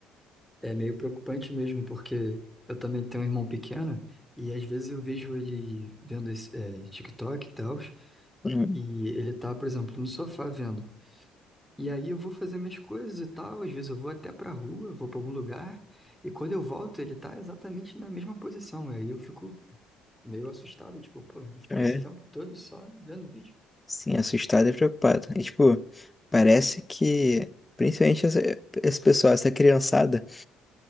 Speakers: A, in the centre; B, on the left (about 15°).
A: É meio preocupante mesmo, porque eu também tenho um irmão pequeno e às vezes eu vejo ele vendo esse, é, TikTok e tal,
B: Uhum.
A: e ele tá, por exemplo, no sofá vendo. E aí eu vou fazer minhas coisas e tal, às vezes eu vou até pra rua, vou pra algum lugar, e quando eu volto ele tá exatamente na mesma posição. E aí eu fico meio assustado, tipo, pô, ele ficou
B: É.
A: esse tempo todo só vendo vídeo.
B: Sim, assustado e preocupado. E, tipo, parece que, principalmente essa- esse pessoal, essa criançada,